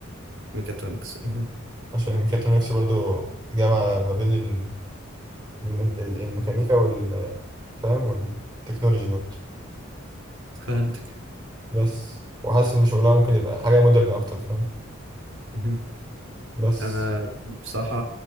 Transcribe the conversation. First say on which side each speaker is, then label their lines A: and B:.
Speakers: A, on the right; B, on the right.
A: ميكاترونكس <laughs>
B: عشان ميكاترونكس برضو جامعه ما بين ال- الم- ال- الميكانيكا وال فاهم والتكنولوجي برضو
A: فهمتك
B: بس وحاسس ان شغلها ممكن يبقى حاجه مودرن اكتر فاهم
A: <laughs>
B: بس
A: انا بصراحه